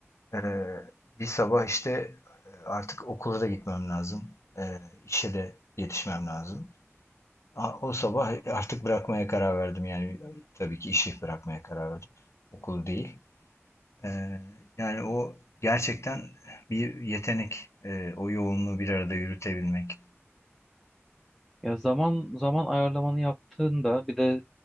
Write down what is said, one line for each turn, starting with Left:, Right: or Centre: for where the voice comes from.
Left: Ee, bir sabah işte e, artık okula da gitmem lazım. Ee, işe de yetişmem lazım. A- O sabah artık bırakmaya karar verdim. Yani tabii ki işi bırakmaya karar verdim. Okulu değil. Ee, yani o gerçekten bir yetenek. Ee, o yoğunluğu bir arada yürütebilmek.
Centre: Ya zaman zaman ayarlamanı yaptığında bir de